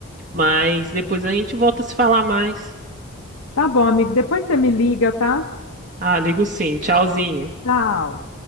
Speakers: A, on the right; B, on the left.
A: mas depois a gente volta a se falar mais.
B: Tá bom, amigo. Depois você me liga, tá?
A: Ah, ligo sim. Tchauzinho.
B: Tchau.